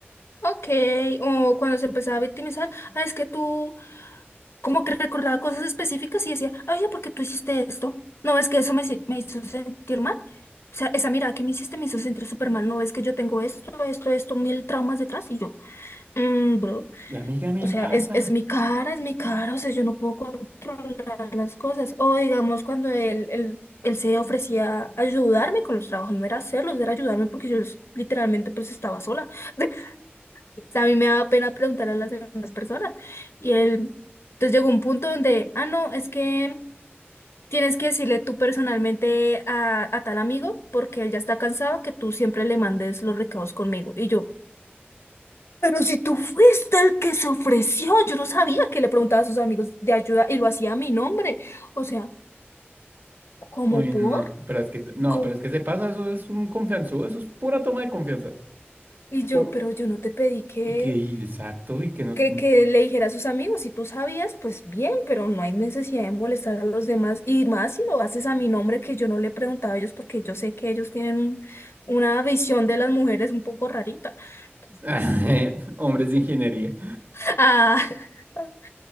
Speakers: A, on the left (about 85°); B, on the right (about 50°).
A: ok. O cuando se empezaba a victimizar, ah, es que tú como que recordaba cosas específicas y decía, oye, ¿por qué tú hiciste esto? No, es que eso me, si- me hizo sentir mal. O sea, esa mirada que me hiciste me hizo sentir súper mal. No, es que yo tengo esto, esto, esto, mil traumas detrás y yo, mm, bro.
B: Y a mí qué me
A: O
B: importa.
A: sea, es, es mi cara, es mi cara, o sea, yo no puedo controlar las cosas. O digamos, cuando él, él, él se ofrecía a ayudarme con los trabajos, no era hacerlos, era ayudarme porque yo es- literalmente pues estaba sola. <laughs> O sea, a mí me daba pena preguntar a las demás personas. Y él, entonces llegó un punto donde, ah, no, es que tienes que decirle tú personalmente a, a tal amigo porque él ya está cansado que tú siempre le mandes los recados conmigo. Y yo, pero si tú fuiste el que se ofreció, yo no sabía que le preguntaba a sus amigos de ayuda y lo hacía a mi nombre. O sea, ¿cómo
B: Uy,
A: por?
B: no, pero es que, no,
A: ¿Cómo?
B: pero es que se pasa, eso es un confianzudo, eso es pura toma de confianza.
A: Y yo,
B: O-
A: pero yo no te pedí que,
B: Y que, y exacto, y que no.
A: que, que le dijera a sus amigos. Si tú sabías, pues bien, pero no hay necesidad de molestar a los demás. Y más si lo haces a mi nombre, que yo no le preguntaba a ellos, porque yo sé que ellos tienen un- una visión de las mujeres un poco rarita. Entonces,
B: <laughs> Hombres de ingeniería.
A: <laughs> ah, <laughs>